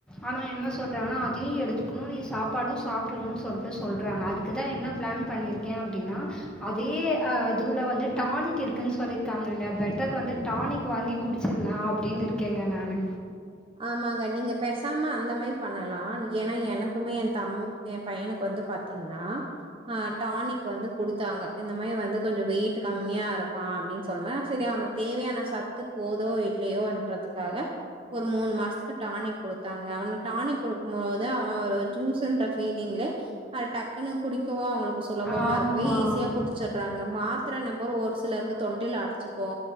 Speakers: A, in the centre; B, on the right.
A: ஆனா என்ன சொல்றாங்கன்னா அதயு எடுத்துக்கணு நீ சா ப்பாடு‌ சாப்டணுன் சொல்ட்டு சொல்றாங்க அதுக்கு தா என்ன ப்ளான் பண்ணிருக்கே அப்டின்னா அதே அதுல வந்து டானிக் இருக்குன் சொல்லிருக்காங்கங்க பெலட்டர் வந்து டானிக் வாங்கி குடிச்சிட்லா அப்டின் இருக்கேங்க நானு
B: ஆமாங்க நீங்க பேசாம அந்த மாரி பண்ணலா ஏனா எனக்குமே எ தம் எ பையனுக்கு வந்து பாத்தீங்னா ஆ டானிக் வந்து குடுத்தாங்க இந்த மாரி வந்து கொஞ்சோ வெயிட்டு கம்மியாருக்கா அப்டின் சொன்னமே செரி அவனு தேவயான சத்து போதோ இல்லயோன்றதுக்காக ஒரு மூண் மாசத்துக்கு டானிக் குடுத்தாங்க அவன டானிக் குடுக்கும்போது அவே ஒரு ஜூஸுன்ற ஃபீலிங்லே அது டக்குனு குடிக்கவோ அவுங்களுக்கு சுலபமா
A: ஆமாம்
B: இருக்கவே ஈஸியா குடிச் சறாங்க மாத்ரன்ன பாரு ஒரு சிலருக்கு தொண்டைல அடச்சுக்கோ